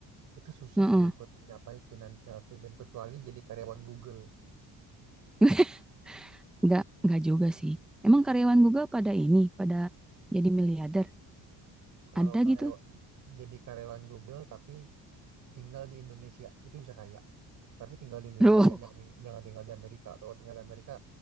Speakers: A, on the right (about 50°); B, in the centre.
A: itu susah
B: Heeh.
A: deh buat mencapai financial freedom kecuali jadi karyawan Google.
B: <laughs> Nggak, nggak juga sih. Emang karyawan Google pada ini, pada jadi miliarder?
A: Kalau
B: Ada
A: karyawan
B: gitu?
A: jadi karyawan Google tapi tinggal di Indonesia, itu bisa kaya. Tapi tinggal di Indonesia
B: <laughs> Loh,
A: ya, jangan ting- jangan tinggal di Amerika. Atau Kalau tinggal di Amerika